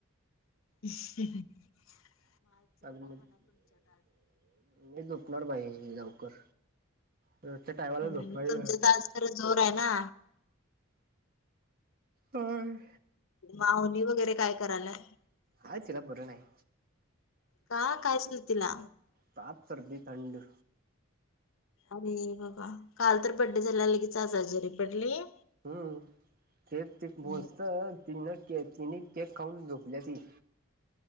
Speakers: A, on the left; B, on the right.
A: ह
B: अ मी झोपणार बाई लवकर रोजच्या टायमाला
A: हम्म
B: झोपायचं
A: तुमचं तर आज ख जोर आहे ना?
B: हम्म.
A: माऊली वगैरे काय करायला?
B: हाय तिला बरं नाही.
A: का काय झालं तिला
B: साप सर्दी थंड
A: अरे बाबा काल तर बड्डे झाला लगेच आज जरी पडली
B: हम्म तेच त
A: हम्म,
B: बसत ती न चिने केक खाऊन झोपल्या ती